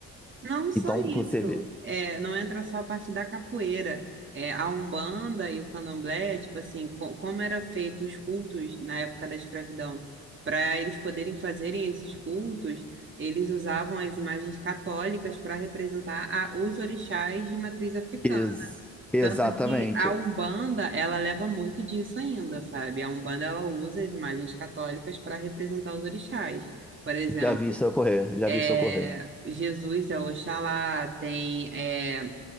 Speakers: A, on the right; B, in the centre.
A: Não só
B: Então
A: isso,
B: você vê.
A: é, não entra só a parte da capoeira. É, a Umbanda e o Candomblé, tipo assim, co- como era feito os cultos na época da escravidão, para eles poderem fazerem esses cultos, eles usavam as imagens católicas para representar a- os orixás de matriz africana.
B: Ex- exatamente.
A: Tanto que a Umbanda, ela leva muito disso ainda, sabe? A Umbanda, ela usa as imagens católicas para representar os orixás. Por exemplo,
B: Já vi isso ocorrer, já
A: é,
B: vi isso ocorrer.
A: Jesus é Oxalá, tem é,